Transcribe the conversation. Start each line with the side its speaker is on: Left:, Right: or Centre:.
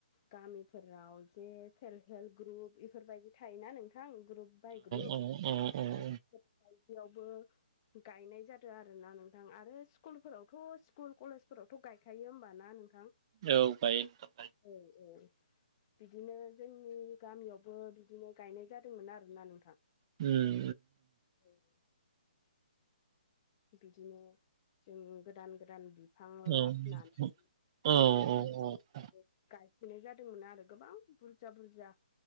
Left: गामिफोराव जे सेल्फ हेल्प ग्रुप बेफोरबायदि थायोना नोंथां ग्रुप ग्रुब बाइ ग्रुब
Right: औ औ औ
Left: बेफोरबायदियावबो गायनाय जादों आरोना नोंथां आरो स्कुलफोरावथ' स्कुल कलेजफोरावथ' गायखायो होमबाना नोंथां
Right: औ गायो
Left: औ औ बिदिनो जोंनि गामियावबो बिदिनो गायनाय जादोंमोन आरोना नोंथां
Right: उम
Left: औ बिदिनो जों गोदान गोदान बिद बिफां लाबनानै
Right: उम औ
Left: बिफां
Right: औ
Left: फुलि
Right: औ
Left: गायफैनाय जादोंमोन आरो गोबां बुरजा बुरजा